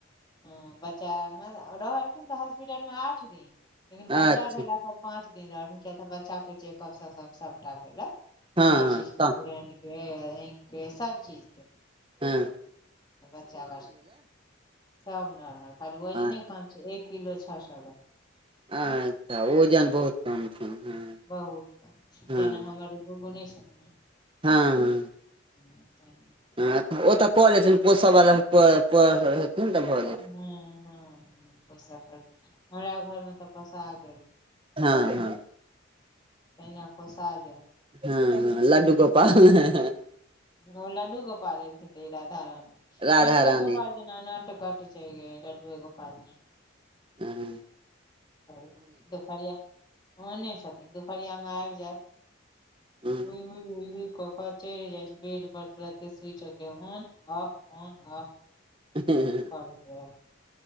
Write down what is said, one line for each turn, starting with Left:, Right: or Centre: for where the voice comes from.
Left: ह बच्चा रहलखिन त हॉस्पिटलमे आठ दिन लेकिन
Right: अच्छा
Left: बच्चा भेला पर पाँच दिन रहल किया त बच्चाके चेकअप सब सबटा भेलेय
Right: हँ
Left: हर
Right: हँ
Left: चीज के
Right: तऽ
Left: ब्रेंड के, आँखि के सब चीजके।
Right: एँ।
Left: बच्चा बड सब नॉर्मल खाली वजने
Right: अच्छा
Left: कम छैय एक किलो छओ सए ग्राम।
Right: अच्छा वोजन बहुत कम छै हँ
Left: बहुत कम छैय
Right: हँ
Left: जेना हमर गुगु नै छथिन।
Right: हँ।
Left: ह तहिना।
Right: ह ओ त कऽ लेथिन पोसऽ बला पर- पर <unintelligible>
Left: ह-ह पोसऽ परतैय हमरा घर मे त पौसागेलैय।
Right: हा-हा।
Left: तहिना पोसाजाय।
Right: हं हं लड्डू गोपाल।
Left: ओ लड्डू गोपाल एलखिन इ राधा रानी
Right: राधा
Left: लडुए
Right: रानी
Left: गोपाल। एना नाट कट छैय गए लडुए गोपाल।
Right: हं।
Left: त दुपहरिया ओने छथिन दुपहरियामे आब जैब।
Right: हँ
Left: होहि -होहि -होहि। क क चढ़ जाय छैय बेड पर तुरते स्विच के ऑन ऑफ ऑन ऑफ।
Right: <unintelligible>
Left: परबे।